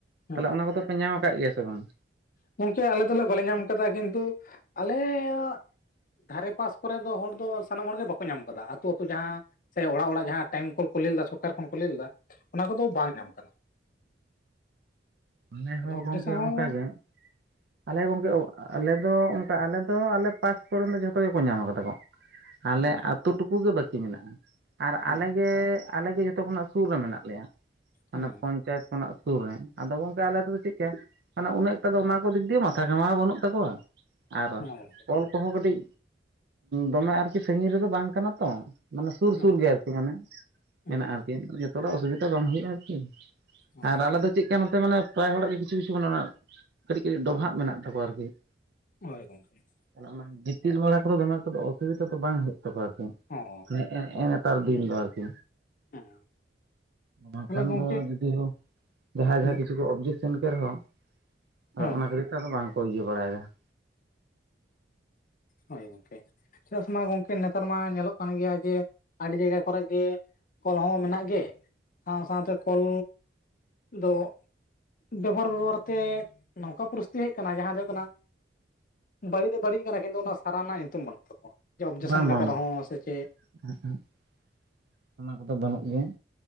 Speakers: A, on the left; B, on the right.
A: ᱦᱮᱸ
B: ᱛᱟᱦᱚᱞᱮ ᱚᱱᱟ ᱠᱚᱫᱚ ᱯᱮ ᱧᱟᱢ ᱟᱠᱟᱫ ᱜᱮᱭᱟ ᱥᱮ ᱵᱟᱝ᱾
A: ᱜᱚᱢᱠᱮ ᱟᱞᱮ ᱫᱚᱞᱮ ᱵᱟᱞᱮ ᱧᱟᱢ ᱟᱠᱟᱫᱟ ᱠᱤᱱᱛᱩ ᱟᱞᱮᱭᱟᱜ, ᱫᱷᱟᱨᱮ ᱯᱟᱥ ᱠᱚᱨᱮ ᱫᱚ ᱦᱚᱲ ᱫᱚ ᱥᱟᱱᱟᱢ ᱦᱚᱲ ᱜᱮ ᱵᱟᱠᱚ ᱧᱟᱢ ᱠᱟᱫᱟ ᱟᱹᱛᱩ-ᱟᱹᱛᱩ ᱡᱟᱦᱟᱸ ᱥᱮ ᱚᱲᱟᱜ ᱚᱲᱟᱜ ᱡᱟᱦᱟᱸ ᱴᱟᱭᱤᱢ ᱠᱚᱞ ᱠᱚ ᱞᱟᱹᱭ ᱞᱮᱫᱟ ᱥᱚᱨᱠᱟᱨ ᱠᱷᱚᱱ ᱠᱚ ᱞᱟᱹᱭ ᱞᱮᱫᱟ ᱚᱱᱟ ᱠᱚᱫᱚ ᱵᱟᱝ ᱧᱟᱢ ᱟᱠᱟᱱᱟ ᱾
B: ᱟᱞᱮ ᱦᱚᱸ
A: ᱚᱵᱡᱮᱠᱥᱮᱱ
B: ᱜᱚᱝᱠᱮ
A: ᱦᱚᱸ
B: ᱚᱱᱠᱟ ᱜᱮ ᱾ ᱟᱞᱮ ᱜᱚᱝᱠᱮ ᱟᱞᱮ ᱫᱚ ᱚᱱᱠᱟ ᱟᱞᱮ ᱫᱚ ᱟᱞᱮ ᱯᱟᱥ ᱠᱚᱨᱮᱱ ᱫᱚ ᱡᱷᱚᱛᱚ ᱜᱮᱠᱚ ᱧᱟᱢ ᱠᱟᱫᱟ ᱠᱚ ᱟᱞᱮ
A: ᱦᱮᱸ
B: ᱟᱹᱛᱩ ᱴᱩᱠᱩ ᱜᱮ ᱵᱟᱹᱠᱤ ᱢᱮᱱᱟᱜᱼᱟ ᱟᱨ
A: ᱦᱚᱸ
B: ᱟᱞᱮ ᱜᱮ ᱟᱞᱮ ᱡᱷᱚᱛᱚ ᱠᱷᱚᱱᱟᱜ ᱥᱩᱨ ᱨᱮ ᱢᱮᱱᱟᱜ ᱞᱮᱭᱟ ᱢᱟᱱᱮ
A: ᱦᱮᱸ
B: ᱯᱚᱸᱧᱪᱟᱭᱮᱛ ᱠᱷᱚᱱᱟᱜ ᱥᱩᱨ ᱨᱮ ᱾ ᱟᱫᱚ ᱜᱚᱝᱠᱮ ᱟᱞᱮ ᱟᱹᱛᱩ ᱫᱚ ᱪᱮᱫᱠᱟ ᱢᱟᱱᱮ ᱩᱱᱟᱹᱜ ᱴᱟ ᱫᱚ ᱚᱱᱟ ᱠᱚ ᱫᱤᱠ ᱫᱤᱭᱮ ᱢᱟᱛᱷᱟ ᱜᱷᱟᱢᱟᱣ ᱵᱟᱹᱱᱩᱜ ᱛᱟᱠᱚᱣᱟ ᱾ ᱟᱨ
A: ᱦᱳᱭ ᱜᱚᱝᱠᱮ
B: ᱠᱚᱞ ᱠᱚᱦᱚᱸ ᱠᱟᱹᱴᱤᱡ ᱫᱚᱢᱮ ᱟᱨᱠᱤ ᱥᱟᱺᱜᱤᱧ ᱨᱮᱫᱚ ᱵᱟᱝ ᱠᱟᱱᱟ ᱛᱚ ᱾ ᱢᱟᱱᱮ ᱥᱩᱨ
A: ᱦᱮᱸ
B: ᱥᱩᱨ ᱜᱮ ᱟᱨᱠᱤ ᱢᱟᱱᱮ
A: ᱦᱮᱸ
B: ᱢᱮᱱᱟᱜᱼᱟ ᱟᱨᱠᱤ ᱡᱚᱛᱚ ᱦᱚᱲᱟᱜ ᱚᱥᱩᱵᱤᱫᱷᱟ ᱵᱟᱝ ᱦᱩᱭᱩᱜᱼᱟ ᱟᱨᱠᱤ ᱾
A: ᱦᱮᱸ
B: ᱟᱨ ᱟᱞᱮ ᱫᱚ ᱪᱮᱫ ᱞᱮᱠᱟ ᱱᱚᱛᱮ ᱢᱟᱱᱮ ᱯᱨᱟᱭ ᱦᱚᱲᱟᱜ ᱜᱮ ᱠᱤᱪᱷᱩ ᱠᱤᱪᱷᱩ ᱢᱟᱱᱮ ᱚᱱ ᱚᱱᱟ ᱠᱟᱹᱴᱤᱡ ᱠᱟᱹᱴᱤᱡ ᱰᱚᱵᱷᱟᱜ ᱢᱮᱱᱟᱜ ᱛᱟᱠᱚᱣᱟ ᱟᱨᱠᱤ ᱾
A: ᱦᱚᱭ ᱜᱚᱝᱠᱮ ᱾
B: ᱚᱱᱟ ᱜᱤᱛᱤᱞ ᱵᱟᱲᱟ ᱠᱚᱫᱚ ᱫᱚᱢᱮ ᱠᱚᱫᱚ ᱚᱥᱩᱵᱤᱫᱟ ᱫᱚ ᱵᱟᱝ ᱦᱩᱭᱩᱜ ᱛᱟᱠᱚᱣᱟ ᱟᱨᱠᱤ
A: ᱦᱚᱸ
B: ᱦᱮᱸ ᱮᱸ ᱾ ᱱᱮᱛᱟᱨ ᱫᱤᱱ ᱫᱚ ᱟᱨᱠᱤ
A: ᱦᱮᱸ
B: ᱵᱟᱝᱠᱷᱟᱱ
A: ᱛᱟᱦᱚᱞᱮ ᱜᱚᱝᱠᱮ
B: ᱫᱚ ᱡᱩᱫᱤ ᱦᱚᱸ ᱡᱟᱦᱟᱸᱭ
A: ᱦᱮᱸ
B: ᱡᱟᱦᱟᱸ ᱠᱤᱪᱷᱩ ᱠᱚ ᱚᱵᱽᱡᱮᱠᱥᱮᱱ ᱠᱮᱫ ᱨᱮᱦᱚᱸ ᱟᱫᱚ
A: ᱦᱮᱸ
B: ᱚᱱᱟ ᱠᱷᱟᱹᱛᱤᱨ ᱛᱮ ᱟᱫᱚ ᱵᱟᱝᱠᱚ ᱤᱭᱟᱹ ᱵᱟᱲᱟᱭᱮᱫᱟ ᱾
A: ᱦᱚᱭ ᱜᱚᱝᱠᱮ ᱪᱮᱫᱟᱜ ᱥᱮ ᱢᱟ ᱜᱚᱝᱠᱮ ᱱᱮᱛᱟᱨ ᱢᱟ ᱧᱮᱞᱚᱜ ᱠᱟᱱ ᱜᱮᱭᱟ ᱡᱮ ᱟᱹᱰᱤ ᱡᱟᱭᱜᱟ ᱠᱚᱨᱮ ᱜᱮ ᱠᱚᱞ ᱦᱚᱸ ᱢᱮᱱᱟᱜ ᱜᱮ ᱥᱟᱶ ᱥᱟᱶᱛᱮ ᱠᱚᱞ ᱫᱚ ᱵᱮᱵᱚᱦᱟᱨ ᱵᱮᱵᱚᱦᱟᱨ ᱛᱮ ᱱᱚᱝᱠᱟ ᱯᱚᱨᱤᱥᱛᱤᱛᱤ ᱦᱮᱡ ᱟᱠᱟᱱᱟ ᱡᱟᱦᱟᱸ ᱫᱚ ᱦᱩᱭᱩᱜ ᱠᱟᱱᱟ ᱵᱟᱹᱲᱤᱡ ᱫᱚ ᱵᱟᱹᱲᱤᱡ ᱠᱟᱱᱟ ᱠᱤᱱᱛᱩ ᱚᱱᱟ ᱥᱟᱨᱟᱣ ᱨᱮᱱᱟᱜ ᱧᱩᱛᱩᱢ ᱵᱟᱹᱱᱩᱜ ᱛᱟᱠᱚᱣᱟ ᱚᱵᱽᱡᱮᱠᱥᱮᱱ
B: ᱵᱟᱝ
A: ᱠᱟᱛᱮ
B: ᱵᱟᱝ
A: ᱨᱮᱦᱚᱸ
B: ᱵᱟᱝ
A: ᱥᱮ ᱪᱮᱫ
B: <unintelligible> ᱚᱱᱟ ᱠᱚᱫᱚ ᱵᱟᱹᱱᱩᱜ ᱜᱤᱭᱟ